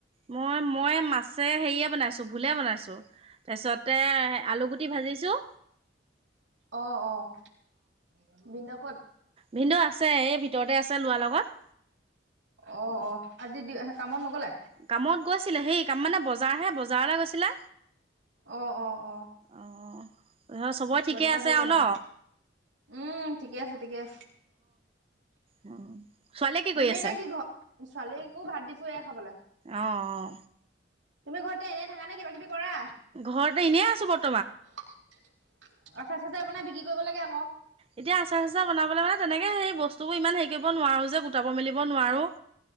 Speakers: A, on the right; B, on the right.
A: মই, মই মাছে হেৰিয়ে বনাইছো, ভুলে বনাইছো। তাৰপিছতে আলুগুটি ভাজিছোঁ।
B: অ', অ'ভিনদেউ কত?
A: ভিনদেউ আছে এই ভিতৰতে আছে ল'ৰাৰ লগত।
B: অ' অ আজি দি কামত নগলে?
A: কামত গৈছিলে। সেই কাম মানে বজাৰ হে বজাৰলে গৈছিলে।
B: অ অ অ
A: অহ' ধৰ চবেই ঠিকে
B: বজাৰ পৰা
A: আছে
B: আহিলে
A: আৰু
B: মানে
A: ন?
B: উম ঠিকে আছে ঠিকে আছে।
A: অ' ছোৱালীয়ে কি
B: তুমি
A: কৰি আছে?
B: এনে ঘ ছোৱালীকো ভাত দিছোৱে খাবলে
A: অ অ
B: তুমি ঘৰতে এনেই থাকা নে কিবা কিবি কৰা
A: ঘৰতে এনেই আছো বৰ্ত
B: আচাৰ চজাৰ বনাই বিক্ৰী কৰিব লাগে আক
A: এতিয়া আচাৰ চচাৰ বনাবলৈ মানে তেনেকে সেই বস্তুবোৰ ইমান হেৰি কৰিব নোৱাৰো যে গোটাব মেলিব নোৱাৰো।